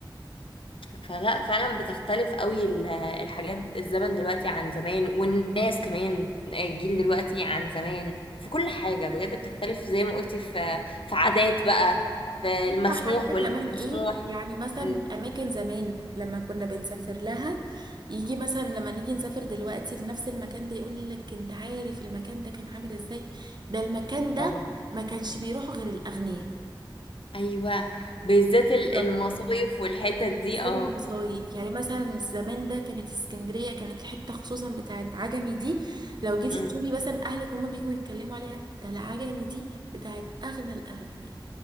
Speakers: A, on the left; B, on the right.
A: فلا فعلا بتختلف قوي ال- الحاجات الزمن دلوقتي عن زمان والناس كمان آه، الجيل دلوقتي عن زمان في كل حاجة بجد بتختلف زي ما قلتي في في عادات بقى في المسموح
B: عارفة حتى
A: واللي
B: كمان
A: مش
B: ايه
A: مسموح
B: يعني مثلا
A: أمم.
B: اماكن زمان لما كنا بنسافر لها يجي مثلا لما نيجي نسافر دلوقتي لنفس المكان ده يقول لك انت عارف المكان ده كان عامل ازاي ده المكان ده
A: اه
B: ما كانش بيروحوا غير الاغنياء
A: ايوه بالذات ال-
B: بالظبط
A: المصايف والحتت دي
B: زاد
A: اه
B: المصايف يعني مثلا زمان ده كانت اسكندرية كانت الحتة خصوصا بتاعت عجمي دي لو جيتي
A: أمم.
B: تشوفي مثلا اهلك هما بيجوا يتكلموا عليها ده العجمي دي بتاعت اغنى الاغنياء